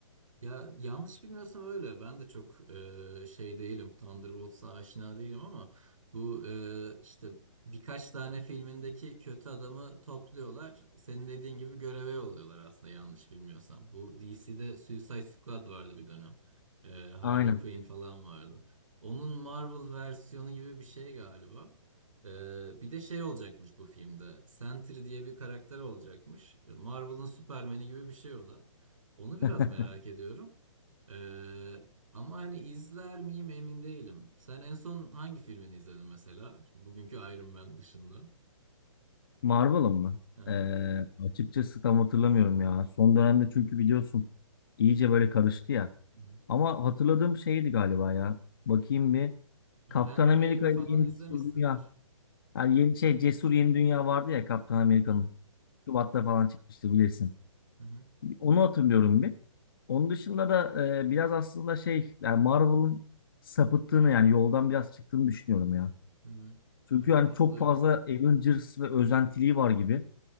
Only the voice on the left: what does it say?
Aynen.
<laughs>
Marvel'ın mı?
Ee, açıkçası tam hatırlamıyorum ya. Son dönemde çünkü biliyorsun iyice böyle karıştı ya.
Ama hatırladığım şeydi galiba ya. Bakayım bir. Kaptan
Amerika
ile Yeni
Cesur Dünya. Yani yeni şey Cesur Yeni Dünya vardı ya Kaptan Amerika'nın.
Şubat'ta falan çıkmıştı bilirsin.
Onu hatırlıyorum bir. Onun dışında da e, biraz aslında şey yani Marvel'ın sapıttığını yani yoldan biraz çıktığını düşünüyorum ya.
Çünkü
yani
çok fazla Avengers ve özentiliği var gibi.